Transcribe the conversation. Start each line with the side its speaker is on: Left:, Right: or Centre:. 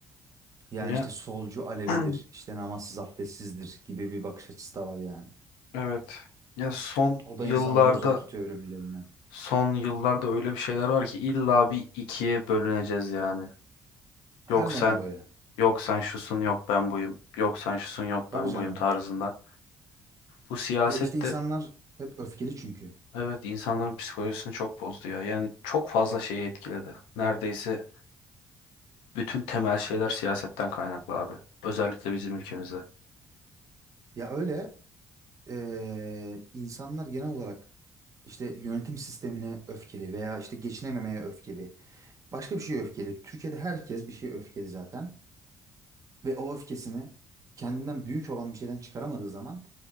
Right: Yani
Left: Ya
Right: işte solcu Alevidir,
Left: <clears throat>
Right: işte namazsız abdestsizdir gibi bir bakış açısı da var yani.
Left: evet. Ya son
Right: O
Left: yıllarda
Right: da insanları uzak tutuyor birbirlerinden.
Left: son yıllarda öyle bir şeyler var ki illa bir ikiye bölüneceğiz yani.
Right: Her
Left: Yok
Right: zaman
Left: sen
Right: böyle.
Left: yok sen şusun yok ben buyum. Yok sen şusun yok
Right: Tabii
Left: ben
Right: canım.
Left: buyum tarzında. Bu siyaset
Right: E işte insanlar
Left: de
Right: hep öfkeli çünkü.
Left: evet insanların psikolojisini çok bozdu ya. Yani çok fazla şeyi etkiledi. Neredeyse bütün temel şeyler siyasetten kaynaklı abi. Özellikle bizim ülkemizde.
Right: Ya öyle e, insanlar genel olarak işte yönetim sistemine öfkeli veya işte geçinememeye öfkeli. Başka bir şeye öfkeli. Türkiye'de herkes bir şeye öfkeli zaten. ve o öfkesini kendinden büyük olan bir şeyden çıkaramadığı zaman